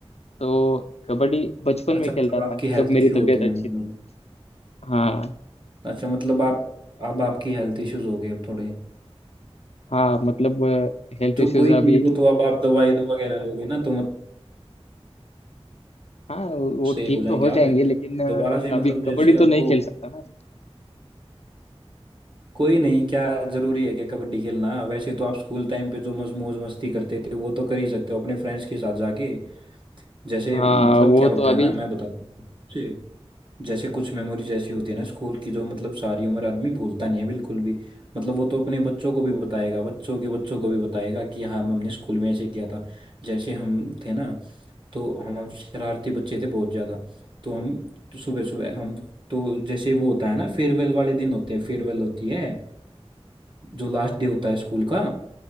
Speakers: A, on the left; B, on the right.
A: तो कबड्डी बचपन में
B: अच्छा
A: खेलता
B: मतलब
A: था
B: आपकी
A: जब
B: हेल्थ
A: मेरी
B: इश्यू
A: तबीयत
B: होते
A: अच्छी
B: हैं मतलब
A: थी हाँ
B: अच्छा मतलब आप अब आपकी हेल्थ इश्यूज हो गए अब थोड़े
A: हाँ मतलब हेल्थ
B: तो
A: इश्यूज
B: कोई
A: अभी
B: नहीं वो तो अब आप दवाई दो वगैरह लोगे ना तो मतलब
A: हाँ वो
B: उससे
A: ठीक
B: हो जाएंगे
A: तो हो
B: आप
A: जाएंगे लेकिन अ,
B: दोबारा से मतलब
A: अभी कबड्डी
B: जैसे
A: तो
B: आपको
A: नहीं खेल सकता ना
B: कोई नहीं क्या जरूरी है क्या कबड्डी खेलना वैसे तो आप स्कूल टाइम पे जो मज मौज मस्ती करते थे वो तो कर ही सकते हो अपने फ्रेंड्स के साथ जाके जैसे
A: हाँ
B: मतलब
A: वो
B: क्या होता
A: तो अभी
B: है ना मैं बताता हूँ जैसे कुछ मेमोरीज ऐसी होती है ना स्कूल की जो मतलब सारी उम्र आदमी भूलता नहीं है बिल्कुल भी मतलब वो तो अपने बच्चों को भी बताएगा बच्चों के बच्चों को भी बताएगा कि हाँ हमने स्कूल में ऐसे किया था जैसे हम थे ना तो हम हम शरारती बच्चे थे बहुत ज़्यादा तो हम सुबह सुबह हम तो जैसे वो होता है ना फेयरवेल वाले दिन होते हैं फेयरवेल होती है जो लास्ट डे होता है स्कूल का